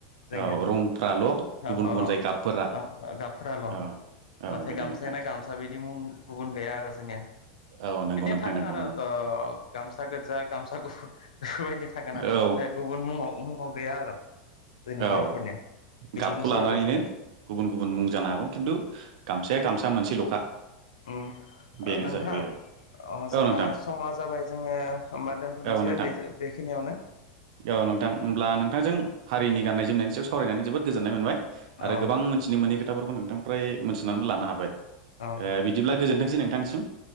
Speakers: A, on the left; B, on the right.
A: जोंनिया
B: औ रंफ्राल'
A: अ
B: गुबुन
A: अ
B: गुबुन जायो गाबफोरा
A: अ गाबफोराल'
B: औ औ
A: नाथाय
B: बेनो नोंथां
A: <unintelligible> बिदि मुं गुबुन गैया आरो जोंनिया
B: औ नंगौ
A: बिदिनो
B: नोंथां
A: थागोन
B: नंगौ
A: आरो
B: नंगौ
A: ओ ओ गामसा गोजा गामसा गुफुर बेफोरबायदि थागोना
B: औ
A: गुबुन मुङाव मुङाव गैया आरो जोंनि बर'फोरनिया
B: औ
A: बिदिनोसै
B: गाबखौ लानानैनो
A: आरो जोंनि
B: गुबुन गुबुन मुं जानो हागौ खिन्थु गामसाया गामसा मोनसेल'खा
A: उम
B: बेनो
A: नोंथां
B: जाहैबाय औ
A: अ
B: औ
A: जोंहा
B: नोंथां
A: समा जाबाय जोङो होमबा दोनथ'नोसै
B: औ नोंथां
A: बे बेखिनियावनो
B: औ नोंथां होमब्ला नोंथांजों हारिनि गाननाय जोमनायनि सायाव सावरायनानै जोबोद गोजोननाय मोनबाय आरो
A: औ
B: गोबां मोनथिनो मोनै खोथाफोरखौ नोंथांनिफ्राय मोनथिनानैबो लानो हाबाय
A: औ
B: ओ बिदिब्ला गोजोनथोंसै नोंथांसिम।